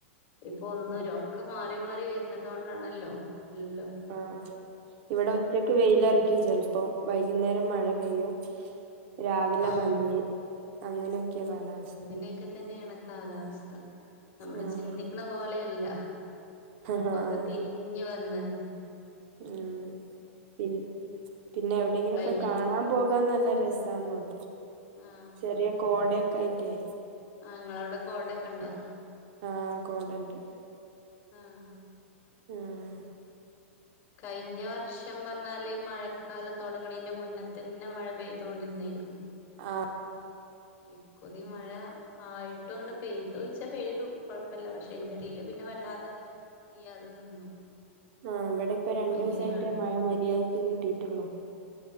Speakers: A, on the left (about 50°); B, on the right (about 55°).
A: ഇപ്പൊ ഒന്നര
B: അത്
A: ഒക്കെ മാറി മാറി വരുന്നതുക കൊണ്ടാണല്ലോ അല്ലോ
B: ആ ഇവിടെ ഉച്ചക്ക് വെയില
A: മാറ്റം
B: ഇറക്കും ചെപ്പോ വൈകുന്നേരം മഴ പെയ്യും രാവിലെ
A: ആഹ്
B: മഞ്ഞ് അങ്ങനെയൊക്കെ കാലാവസ്ഥ
A: അന്നെയൊക്കെ തന്നെയാണ് കാലാവസ്ഥ നമ്മള്
B: ആഹ്
A: ചിന്തിക്കണ പോലെയല്ല
B: ആഹ് ആഹ്
A: ഒക്കെ തിരി ഇഞ്ഞ വന്നന്ന
B: ഉം പി പിന്നെ എവിടെങ്കിലുംൊക്കെ
A: കഴിഞ്ഞ
B: കാണാൻ പോകാൻ നല്ല രസ മാത്രം
A: ആഹ്
B: ചെറിയ കോടയൊക്കെ ആയിട്ടേ
A: ആ നിങ്ങളവിടെ കോടയൊക്കെ ഉണ്ടോ
B: ആ് കോടണ്ട്
A: ആഹ ആ
B: ആഹ
A: കഴിഞ്ഞ വർഷം പറഞ്ഞാല് മഴക്കാലം തുടങ്ങണതിന്റെ മുന്നേ തന്നെ മഴ പെയ്തുക കൊണ്ടിരുന്നായിരുന്നു
B: ആ
A: ഇക്കുറി മഴ ആയിട്ടും ങ്ങട്ട് പെയ്തോയ്ച്ച പെയ്തു കൊഴപ്പല്ല പക്ഷെ അതിന്റെടീൽ പിന്നെ വല്ലാതെ പെയ്യാതെ നിന്നു
B: ആ ഇവിടെപ്പൊ രണ്ടു
A: അങ്ങനെയാണ്
B: ദിവസമായിട്ടെ മഴ മര്യാദക്ക് കിട്ടിയിട്ടുള്ളു